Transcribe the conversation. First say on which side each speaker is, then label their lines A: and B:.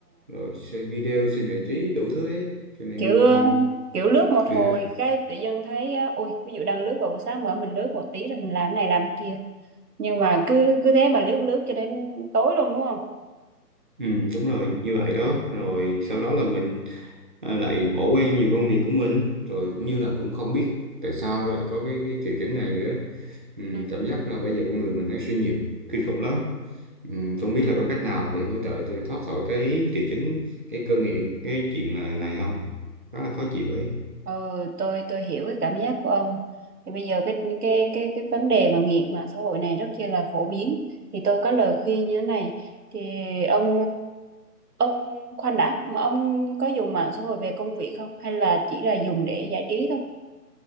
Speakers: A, on the right; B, on the right.
A: rồi xem video xem giải trí đủ thứ ấy cho nên
B: kiểu kiểu lướt một
A: ừ,
B: hồi cái tự dưng thấy á, ui ví dụ đang lướt vào buổi sáng mở mình lướt một tí rồi mình làm cái này làm cái kia nhưng mà cứ cứ thế mà lướt lướt cho đến tối luôn đúng không
A: Ừ, đúng rồi như vậy đó rồi sau đó là mình à, lại bỏ quên nhiều công việc của mình rồi cũng như là cũng không biết tại sao lại có cái, cái triệu chứng này nữa ừ,
B: Ừ.
A: cảm giác là bây giờ con người mình nó suy nhiều kinh khủng lắm ừ, tôi không biết là có cách nào để hỗ trợ tôi thoát khỏi cái triệu chứng cái cơn nghiện cái chuyện là- này không rất là khó chịu ấy
B: ừ tôi tôi hiểu cái cảm giác của ông thì bây giờ cái cái cái cái vấn đề mà nghiện mạng xã hội này rất kia là phổ biến thì tôi có lời khuyên như thế này thì ông ờ, ông khoan đã mà ông có dùng mạng xã hội về công việc không hay là chỉ là dùng để giải trí thôi